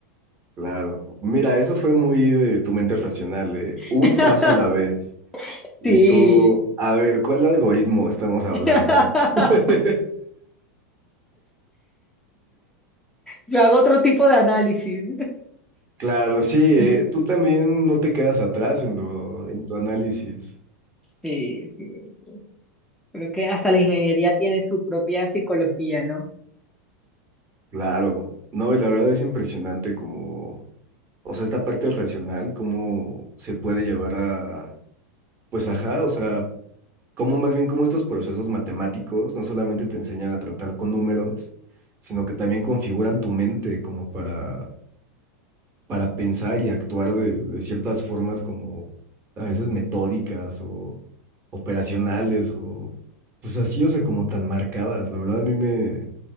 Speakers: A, on the right; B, in the centre.
A: Claro, mira, eso fue muy de tu mente racional, ¿eh?
B: <laughs>
A: Un paso a la vez. Y
B: Sí.
A: tú, a ver, ¿cuál algoritmo estamos hablando?
B: <laughs>
A: <laughs>
B: Yo hago otro tipo de análisis.
A: Claro, sí, ¿eh?
B: <laughs>
A: Tú también no te quedas atrás en lo, en tu análisis.
B: Sí, sí. Creo que hasta la ingeniería tiene su propia psicología, ¿no?
A: Claro, no, y la verdad es impresionante como, o sea, esta parte racional, cómo se puede llevar a, pues ajá, o sea, cómo más bien cómo estos procesos matemáticos no solamente te enseñan a tratar con números, sino que también configuran tu mente como para, para pensar y actuar de, de ciertas formas como a veces metódicas o operacionales o pues así, o sea, como tan marcadas. La verdad a mí me,